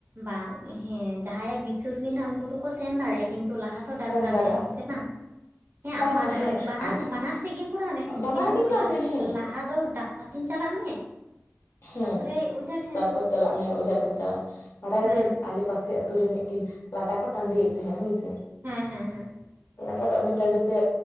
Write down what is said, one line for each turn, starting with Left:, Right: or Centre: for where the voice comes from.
Right: ᱵᱟᱝ ᱦᱮᱸ ᱡᱟᱦᱟᱸᱭᱟᱜ ᱵᱤᱥᱟᱹᱥ ᱢᱮᱱᱟᱜ ᱩᱱᱠᱩ ᱫᱚᱠᱚ ᱥᱮᱱ ᱫᱟᱲᱮᱭᱟᱜᱼᱟ ᱠᱤᱱᱛᱩ ᱞᱟᱦᱟᱛᱮ ᱫᱚ ᱰᱟᱠᱛᱟᱨ
Left: ᱥᱮᱱ ᱫᱟᱲᱮᱭᱟᱜ
Right: ᱴᱷᱮᱱ ᱥᱮ ᱵᱟᱝ ᱾ ᱦᱮᱸ
Left: ᱵᱟᱝ
Right: ᱟᱢ ᱵᱟᱱ
Left: ᱵᱟᱝ ᱦᱮᱸ
Right: ᱵᱟᱱᱟᱨ
Left: ᱟᱨ
Right: ᱵᱟᱱᱟᱨ ᱥᱮᱫ ᱜᱮ ᱠᱚᱨᱟᱣ ᱢᱮ
Left: ᱵᱟᱱᱟᱨ
Right: ᱠᱤᱱᱛᱩ
Left: ᱜᱮ ᱪᱟᱞᱟᱜ
Right: ᱞᱟᱦᱟ
Left: ᱢᱮ ᱦᱮᱸ
Right: ᱞᱟᱦᱟ ᱫᱚ ᱵᱟᱠ ᱴᱟᱨ ᱴᱷᱮᱱ ᱪᱟᱞᱟᱜ ᱢᱮ
Left: ᱦᱮᱸ
Right: ᱛᱟᱯᱚᱨᱮ ᱚᱡᱷᱟ ᱴᱷᱮᱱ
Left: ᱛᱟᱨᱯᱚᱨ ᱪᱟᱞᱟᱜ ᱢᱮ ᱚᱡᱷᱟ ᱴᱷᱮᱱ ᱪᱟᱞᱟᱜ ᱢᱮ ᱵᱟᱲᱟᱭ
Right: ᱦᱮᱸ
Left: ᱵᱮᱱ ᱟᱞᱮ ᱯᱟᱥᱮ ᱟᱹᱛᱩ ᱨᱮ ᱢᱤᱫᱴᱤᱱ ᱞᱟᱴᱟ ᱠᱚ ᱴᱟᱺᱰᱤᱭᱮᱫ ᱛᱟᱦᱮᱸᱜ ᱦᱳᱭᱥᱮ
Right: ᱦᱮᱸ ᱦᱮᱸ ᱦᱮᱸ ᱾
Left: ᱞᱟᱴᱟ ᱴᱟᱺᱰᱤ ᱴᱟᱺᱰᱤ ᱛᱮ